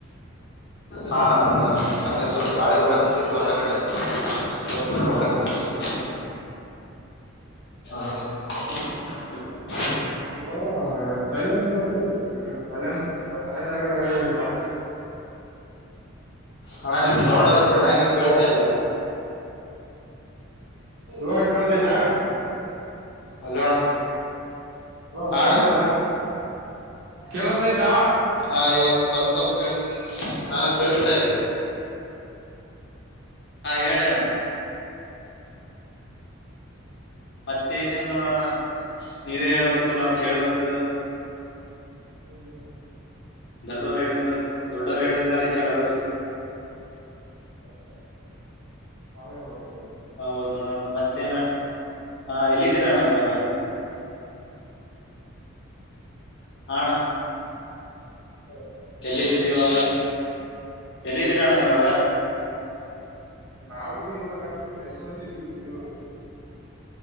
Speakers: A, on the left (about 55°); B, on the right (about 70°).
A: ಹಣ ಬಂದ ಅದೇ ಸ್ವಲ್ಪ ಗಾಳಿ ಬರ ಕತಿತ್ತು ಹೊರಗಡೆ ದಕರ ಒ
B: ಹ್ಮ್
A: ಮಾಡ ಹ
B: ಸ್ವಲ್ಪ ಸೈಲೆನ್ಸ್ ಆಗ ಹ್ಮ್ ಸಲೆನ್ ಅ ಸೈಲೆಂಟ್ ಆಗಿರು <unintelligible> ಪಾ
A: ಅಣ್ಣಾ ನಿಮ್ ಸೌಂಡ್ ಚೆನ್ನಾಗಿ ಕೇಳ್ತಾ ಇಲ್ಲ.
B: ಇವಾಗ ಕೆಳ್ತಾ ಇದ್ದಾ.
A: ಹಲೋ ಅಣ್ಣ
B: ಹಲೋ
A: ಹಾ
B: ಕೇಳತದ
A: ಅಣ್ಣ
B: ಕೇಳಸ್ತ ಐತ.
A: ಹಾ ಇವಾಗ ಸ್ವಲ್ಪ ಸ್ವಲ್ಪ ಕೇಳ್ ಹಾ ಕೇಳಸ್ತಾ ಇದೆ. ಹ ಹೇಳಿ ಅಣ. ಮತ್ತೇನಿಲ್ಲ ನೋಡೋಣ ನೀವೇ ಹೇಳ್ಬೇಕು ನಾವ್ ಕೇಳ್ಬೇಕ.
B: ಹ್ಮ್ ಹ್ಮ್
A: ದೊಡ್ಡವರು ಹೇಳಿದ್ಮ್ಯಲ ದೊಡ್ಡೋರು ಹೇಳಿದ್ಮ್ಯಾಲೆ ಕೇಳ್ಬಕ್.
B: ಹೌದಾ ನಾ <unintelligible>
A: ಹೌದ ನೋಡಣ ಮತ್ತೇನ ಹಾ ಎಲ್ಲಿದ್ದೀರಿ ಅಣ್ಣ ಇವಾಗ. ಹ
B: ಹಾ
A: ಅಣ್ಣ
B: ಹೇಳು
A: ಎಲ್ಲಿದ್ದೀರಿ ಇವಾಗ ಎಲ್ಲಿದ್ದೀರ ಅಣ್ಣ ಇವಾಗ.
B: ನಾವು ಇವಾಗ ಬೆಂಗಳೂರಲ್ಲಿ ಇದ್ವಿ ಬೆಂಗಳೂರು